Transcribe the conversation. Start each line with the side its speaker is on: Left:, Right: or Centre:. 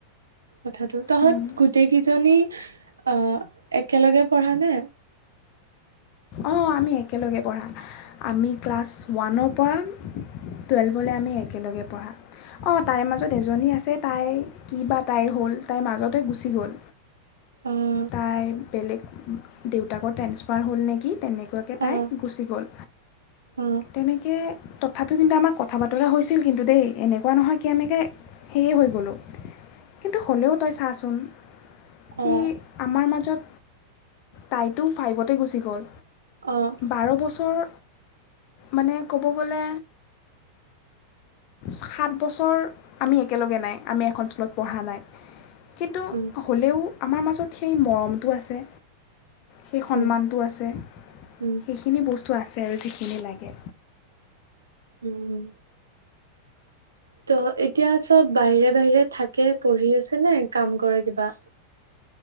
Right: কথাটো তহঁত
Left: উম,
Right: গোটেইকেইজনী অ একেলগে পঢ়া নে।
Left: অ, আমি একেলগে পঢ়া আমি ক্লাছ ওৱানৰ পৰা টুৱেলভলৈ আমি একেলগে পঢ়া অ তাইৰ মাজত এজনী আছে তাই কি বা তাইৰ হ'ল তাইৰ মাজতে গুচি গ'ল
Right: অ',
Left: তাই বেলেগ দেউতাকৰ ট্ৰেন্সফাৰ হ'ল নেকি কি তেনেকুৱাকৈ তাই
Right: অ',
Left: গুচি গ'ল
Right: অ',
Left: তেনেকৈ তথাপিও কিন্তু আমাৰ কথা বতৰা হৈছিল কিন্তু দেই এনেকুৱা নহয় কি আমকৈ সেয়ে হৈ গ'লো কিন্তু হ'লেও তই চাচোন কি
Right: অ',
Left: আমাৰ মাজত তাইতো ফাইভতে গুচি গ'ল
Right: অ',
Left: বাৰ বছৰ মানে ক'ব গ'লে সাত বছৰ আমি একেলগে নাই আমি এখন স্কুলত পঢ়া নাই কিন্তু
Right: উম,
Left: হ'লেও। আমাৰ মাজত সেই মৰমটো আছে সেই সন্মানটো
Right: উম,
Left: আছে।
Right: উম,
Left: সেইখিনি বস্তু আছে চেলজিখিনি লাগে।
Right: উম। ত, এতিয়া চব বাহিৰে বাহিৰে থাকে পঢ়ি আছে নে কাম। কৰে কিবা।